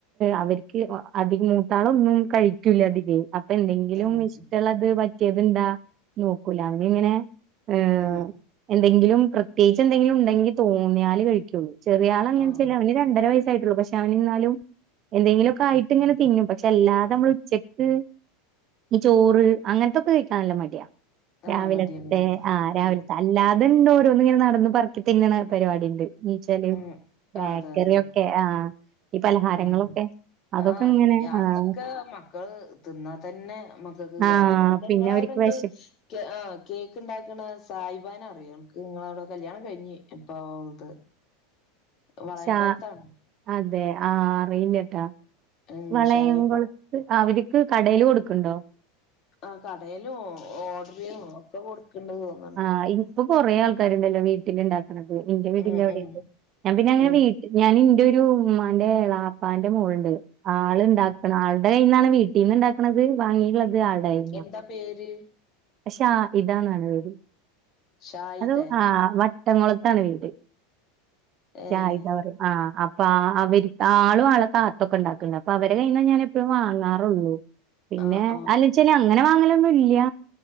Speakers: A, on the right; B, on the left.
A: അവര്ക്ക് അതി അത് മൂത്താളൊന്ന് കഴിക്കൂല്ല അധികെ അപ്പൊ എന്തെങ്കിലും
B: ആഹ്
A: ഇഷ്ടള്ളത് പറ്റ് പറ്റ്യേത്ണ്ടാ നോക്കൂല അവനിങ്ങനെ ഏഹ്
B: ഉം
A: എന്തെങ്കിലും പ്രത്യേകിച്ച് എന്തെങ്കിലും ഉണ്ടെങ്കിൽ തോന്നിയാല് കഴിക്കുള്ളൂ ചെറിയാളെങ്ങനാചാല്
B: ആഹ്
A: അവന് രണ്ടര വയസായിട്ടുള്ളൂ പക്ഷെ അവന്ന്നാലും എന്തെങ്കിലൊക്കെ ആയിട്ട്ങ്ങനെ തിന്നും പക്ഷെ എല്ലാ നമ്മള് ഉച്ചക്ക് ഈ ചോറ് അങ്ങനത്തൊക്കെ കഴിക്കാൻ നല്ല മടിയാ രാവിലത്തെ
B: ആഹ് മടിയാണ്ല്ലേ
A: ആഹ് രാവിലത്തെ
B: ഉം
A: അല്ലാതന്നെ ഓരോന്നു ഇങ്ങനെ നടന്ന് പറക്കി തിന്നണ പരിപാടി ഇണ്ട് നീച്ചാല്
B: ഉം
A: ബേക്കറ്യോക്കെ
B: അതെ അതെ
A: ആഹ് ഈ പലഹാരങ്ങളൊക്കെ
B: ഉം
A: അതൊക്കെ
B: ആഹ് അയ്ന്
A: ഇങ്ങനെ
B: അതൊക്കെ
A: ആഹ്
B: മക്കള് തിന്നാ തന്നെ മക് മക്കള്ക്ക്
A: ആഹ്
B: കേടാണ് പിന്നെ നിങ്ങളവിടെണ്ട്
A: അവർക്ക് വിശ
B: കേ ആഹ് കേക്ക് ഇണ്ടാക്കണ സായിബാനെ അറിയോ അന്ക്ക് ഇങ്ങളവടെ കല്യാണം കഴിഞ്ഞി ഇപ്പ ഇത് വളയംകൊലത്താണ്
A: ശാ അതെ ആഹ് അറിയില്ലട്ടാ
B: ഉം
A: വളയം
B: ഷായിബ
A: കൊളത് അവര്ക്ക് കടയില് കൊടുക്ക്ണ്ടോ
B: ആഹ് കടലോ ഓഡറിങ് ഒക്കെ കൊടുക്ക്ണ്ട് ന്നാ തോന്ന്ന്ന്
A: ആഹ് ഇപ്പൊ കൊറേ ആൾക്കാര്ണ്ടല്ലോ വീട്ടില് ഇണ്ടാക്കണത് ഇന്റെ വീടിന്റെ
B: ഉം
A: അവിട്‌ണ്ട്
B: ഉം
A: ഞാൻ പിന്നെ അങ്ങനെ
B: ഉം
A: വീ ഞാൻ ഇന്റൊരു ഉമ്മാന്റെ എളാപ്പാന്റെ മോള്ണ്ട് ആള് ഇണ്ടാക്കണ
B: ഉം
A: ആൾ ൾടെ കയ്ന്നാണ് വീട്ടിന്ന് ഇണ്ടാക്കണത് വാങ്ങിള്ളത് ആൾടെ കയ്ന്ന
B: എന്താ പേര്
A: പക്ഷെ ഷാഹിതാ ന്നാ പേര്
B: ഷായിദേ
A: അതു ആഹ് വട്ടംകൊളത്താണ് വീട്
B: ഏഹ്
A: ഷാഹിദന്ന് പറയും ആഹ് അ പ്പാ അവര്ക്ക് ആളും ആൾടെ താത്തൊക്കെ ഇണ്ടാക്ണ്ട് അപ്പൊ അവരെ കയ്ന്നാ ഞാൻ എപ്പോഴും വാങ്ങാറുള്ളൂ പിന്നെ
B: ആഹ് ആഹ്
A: അല്ലേച്ചാല് അങ്ങനെ വാങ്ങലൊന്നും ഇല്ല